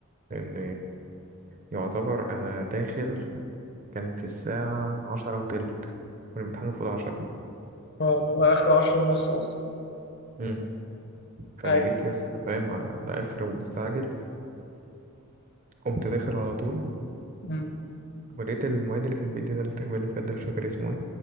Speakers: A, on the right; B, on the left.
A: لان يعتبر انا داخل كانت الساعه عشرة وتلت والامتحان المفروض عشرة
B: اه اللي هو اخره 10 ونص اصلا.
A: مم. فانا
B: ايوه
A: جيت يا اسطى فاهم على على اخر ومستعجل قمت داخل على طول
B: امم
A: ولقيت المعيد اللي كان بيدينا الترم اللي فات ده مش فاكر اسمه ايه